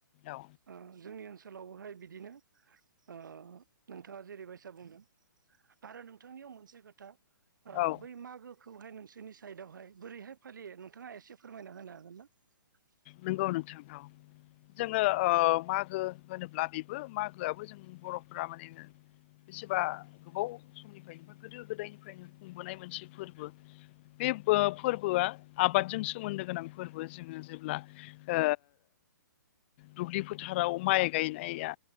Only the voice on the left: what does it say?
औ
औ
नोंगौ नोंथां औ। जोङो ओ मागो होनोब्ला बेबो मागोआबो जों बर'फोरा माने बेसेबा गोबाव समनिफ्रायनो बा गोदो गोदायनिफ्रायनो खुंबोनाय मोनसे फोर्बो बे फोर्बोआ आबादजों सोमोन्दो गोनां फोर्बो जोङो जेब्ला ओ दुब्लि फोथाराव माइ गायनाया